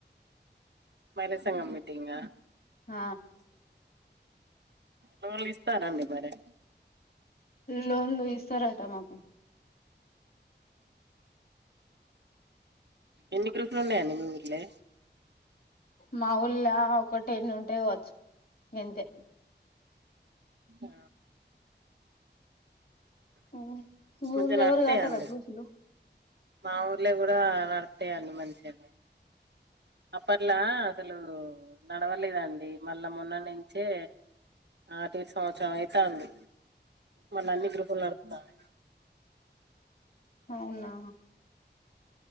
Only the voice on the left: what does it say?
ఆ
లోన్లు ఇస్తరట మాకు
మా ఊళ్ళ ఒక టెన్ ఉంటయి కావచ్చు గంతే
ఉ ఊళ్ళ
ఎవర్ గట్టరా గ్రూప్ లు
అవునా